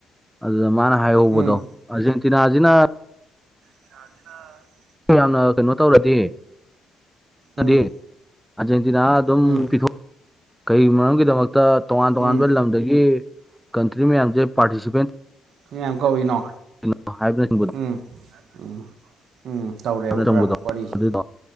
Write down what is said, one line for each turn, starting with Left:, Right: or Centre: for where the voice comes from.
Centre: ꯑꯗꯨꯗ ꯃꯥꯅ ꯍꯥꯏꯍꯧꯕꯗꯣ
Right: ꯎꯝ
Centre: ꯑꯔꯖꯦꯟꯇꯤꯅꯥꯖꯤꯅ
Right: <unintelligible>
Centre: ꯌꯥꯝꯅ ꯀꯩꯅꯣ ꯇꯧꯔꯗꯤ ꯍꯥꯏꯗꯤ
Right: ꯎꯝ
Centre: ꯑꯥꯔꯖꯦꯟꯇꯤꯅꯥ ꯑꯗꯨꯝ
Right: ꯎꯝ
Centre: ꯄꯤꯊꯣꯛ ꯀꯔꯤ ꯃꯔꯝꯒꯤꯗꯃꯛꯇ ꯇꯣꯉꯥꯟ ꯇꯣꯉꯥꯟꯕ
Right: ꯎꯝ
Centre: ꯂꯝꯗꯒꯤ ꯀꯟꯇ꯭ꯔꯤ ꯃꯌꯥꯝꯁꯦ ꯄꯥꯔꯇꯤꯁꯤꯄꯦꯟ
Right: ꯃꯤꯌꯥꯝ ꯀꯧꯔꯤꯅꯣ
Centre: ꯀꯩꯅꯣ ꯍꯥꯏꯕ꯭ꯔꯤꯠ
Right: ꯎꯝ ꯎꯝ ꯎꯝ ꯇꯧꯔꯦꯕ ꯈꯔ
Centre: ꯆꯪꯕꯗꯣ
Right: ꯋꯥꯔꯤꯁꯦ
Centre: ꯑꯗꯨꯗꯣ